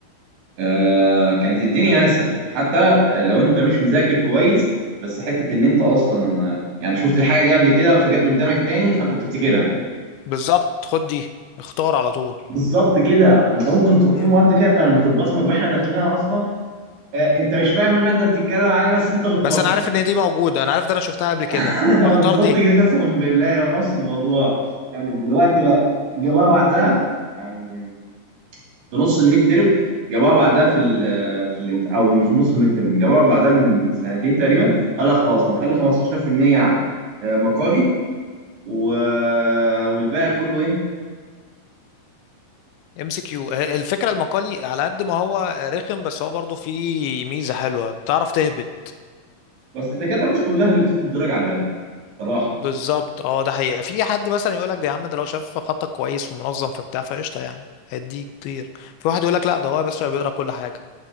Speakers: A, on the right; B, on the left.
A: آه كانت الدنيا اسهل حتى لو انت مش مذاكر كويس بس حته ان انت اصلا آه، يعني شفت الحاجه دي قبل كده فجت قدامك تاني فانت بتفتكرها
B: بالظبط خد دي اختار على طول
A: بالظبط كده انت ممكن تبقى
B: مم.
A: في مواد كده كانت بتتبصمج واحنا داخلينها اصلا آه
B: مم.
A: انت مش فاهم الماده بتتكلم عليها بس انت بتبصمج
B: بس انا عارف ان دي موجوده انا عارف ده انا شفتها قبل كده
A: <laughs>
B: اختار
A: بالظبط
B: دي
A: كده قسما بالله هو نفس الموضوع يعني دلوقتي بقى جابوها بعدها يعني في نص الميد ترم جابوها بعدها في ال في الامت... او مش في نص الميد ترم جابوها بعدها من سنتين تقريبا قال لك خلاص هنخلي 15% مقالي و... والباقي كله ايه
B: ام سي كيو الفكره المقالي على قد ما هو رخم بس هو برضه فيه ميزه حلوه بتعرف تهبط
A: بس الدكاتره مش كلها اللي بتدي الدرجه على الهبل صراحه
B: بالظبط اه ده حقيقه في حد مثلا يقول لك ده يا عم ده لو شاف خطك كويس ومنظم فبتاع فقشطه يعني هيديك كتير في واحد يقول لك لا ده هو بس بيقرا كل حاجه